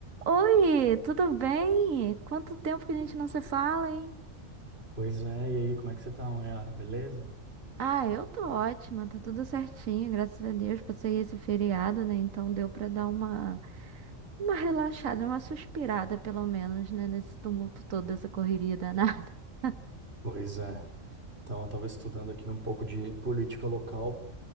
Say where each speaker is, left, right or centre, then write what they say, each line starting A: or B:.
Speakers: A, on the right; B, on the right.
A: Oi, tudo bem? Quanto tempo que a gente não se fala, hein?
B: Pois é, e aí, como é que você tá, Mayara? Beleza?
A: Ah, eu tô ótima, tá tudo certinho, graças a Deus. Passei esse feriado, né? Então deu pra dar uma uma relaxada, uma suspirada pelo menos, né, nesse tumulto todo, dessa correria danada. <laughs>
B: Pois é. Então, eu tava estudando aqui um pouco de política local